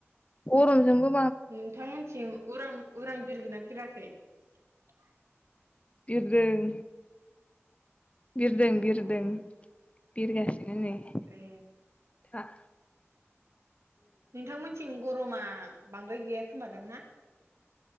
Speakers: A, on the left; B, on the right.
A: अरन जोंबो
B: नोंथांमोनथिं उरां उरां बिरगोना बिराखै हगार।
A: बिरदों। बिरदों बिरदों बिरगासि आनो नै खा
B: ए नोंथांमोनथिं गरमा बांद्राय गैया खोमादां ना?